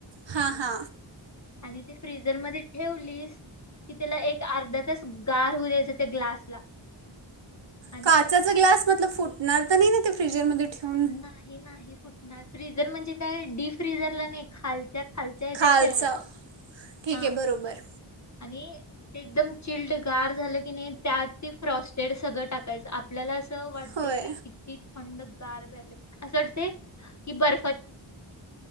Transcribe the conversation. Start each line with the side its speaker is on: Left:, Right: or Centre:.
Right: हा हा!
Left: आणि ते फ्रिजरमध्येच ठेवलीस कि त्याला एक अर्धा तास गार होऊ द्यायच त्या ग्लासला. आणि
Right: काचाचा ग्लास मतलब फुट नार्त त नही ना ते फ्रीजरमध्ये ठेवून
Left: नाही, नाही. फुटणार फिझर म्हणजे काय डीपफ्रिझरला नाही खालच्या खालच्या ह्याच्यात
Right: खालचा
Left: ठेवायचं
Right: ठीक
Left: हा
Right: आहे बरोबर.
Left: आणि एकदम चिल्ड गार झालं की नाही त्यात ते फ्रॉस्टेड सगळं टाकायचं आपल्याला अस वाटतय
Right: होय
Left: की किती थंड? अस वाटते की बरं